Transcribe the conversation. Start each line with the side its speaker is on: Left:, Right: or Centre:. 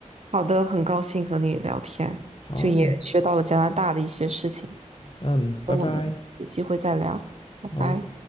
Right: 好的，很高兴和你聊天，
Left: 好，
Right: 就也学到了加拿大的一些事情。
Left: 嗯，拜拜，
Right: 那我们有机会再聊，拜拜。
Left: 好。